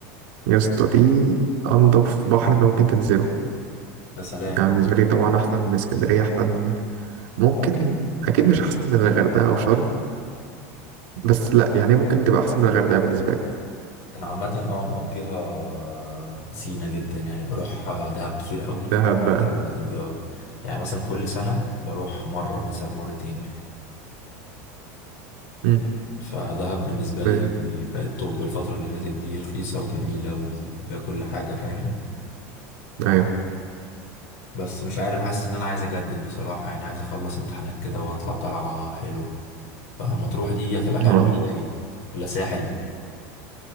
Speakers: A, on the right; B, on the left.
A: يا اسطى دي انضف بحر انت ممكن تنزله
B: ده سلام
A: يعني بالنسبه لي طبعا احسن من اسكندريه احسن ممكن اكيد مش احسن من الغردقه او شرم بس لا يعني ممكن تبقى احسن من الغردقه بالنسبه لي
B: انا عامه اه مقضيها سينا جدا يعني بروح دهب كتير قوي
A: دهب بقى
B: الفتره اللي فاتت دي اه يعني مثلا كل سنه بروح مره مثلا مرتين
A: مم.
B: فدهب بالنسبة
A: ب...
B: لي بقت توب الفترة اللي فاتت دي رخيصة وجميلة وفيها كل حاجة فاهم
A: ايوه
B: بس مش عارف حاسس إن أنا عايز أجدد بصراحة يعني عايز أخلص امتحانات كده وأطلع طلعة حلوة فمطروح دي هتبقى حلوة
A: هو
B: ولا إيه؟ ولا ساحل؟